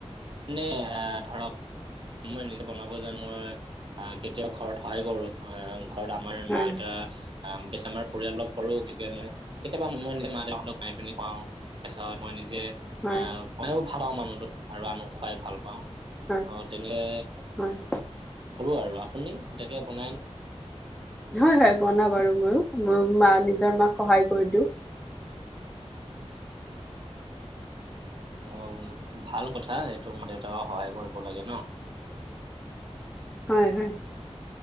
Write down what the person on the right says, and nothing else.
মানে আ ধৰক। মই নিজে বনাব যানো মই আহ কেতিয়াও ঘৰত সহায় কৰো অ। ঘৰত আমাৰ এ
মাল এটা। বেছ আমাৰ পৰিয়াল সৰু গতিকে মই কেতিয়াবা মই নিজে মা দেউহঁতক মাই পিনি খুৱাও। তাৰছত মই নিজে
আহ মই ভাল পাও মানুহটো আৰু আনক খুৱাই ভাল পাওঁ।
অ তেনেকে
কৰো আৰু আপুনি এনেকে বনাই নে।
অ অ ভাল কথা এইটো মা দেউতাকক সহায় কৰিব লাগে ন।